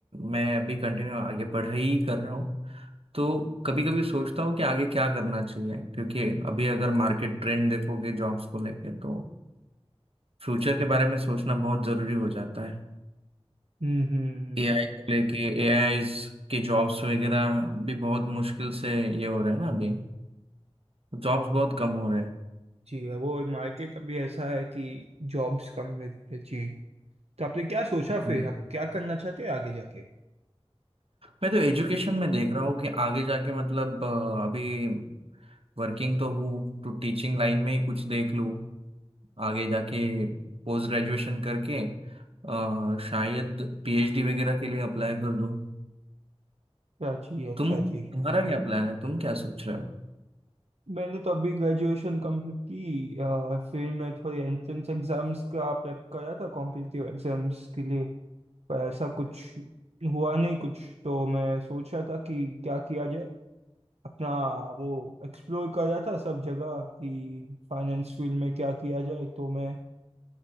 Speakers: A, on the right; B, on the right.
A: मैं अभी कंटिन्यू आगे पढ़ाई ही कर रहा हूँ तो कभी कभी सोचता हूँ कि आगे क्या करना चाहिए क्योंकि अभी अगर मार्केट ट्रेंड देखोगे जॉब्स को लेके तो फ्यूचर के बारे में सोचना बहुत जरूरी हो जाता है
B: हम्म हम्म हम्म,
A: एआई को लेके एआई की जॉब्स वगैरह भी बहुत मुश्किल से ये हो रहे हैं ना अभी जॉब्स बहुत
B: क्या-
A: कम हो रहे हैं
B: जी वो मार्केट अभी ऐसा है कि जॉब्स कम मिल रही है जी तो आपने क्या सोचा
A: हम्म।
B: फिर आप क्या करना चाहते हैं आगे जाके
A: मैं तो एजुकेशन में देख रहा हूँ कि आगे जाके मतलब अ, अभी वर्किंग तो हूँ तो टीचिंग लाइन में ही कुछ देख लूँ आगे जाके पोस्ट ग्रेजुएशन करके अ, शायद पीएचडी वगैरह के लिए अप्लाई कर दूँ
B: अच्छा जी अच्छा
A: तुम तुम्हारा
B: जी
A: क्या प्लान है तुम क्या सोच रहे हो
B: मैंने तो अभी ग्रेजुएशन कंप्लीट की अ, फिर मैं थोड़े एंट्रेंस एग्जाम्स का प्रेप करा था कॉम्पिटिटिव एग्जाम्स के लिए पर ऐसा कुछ हुआ नहीं कुछ तो मैं सोच रहा था कि क्या किया जाए अपना वो एक्सप्लोर कर रहा था सब जगह कि फाइनेंस फील्ड में क्या किया जाए तो मैं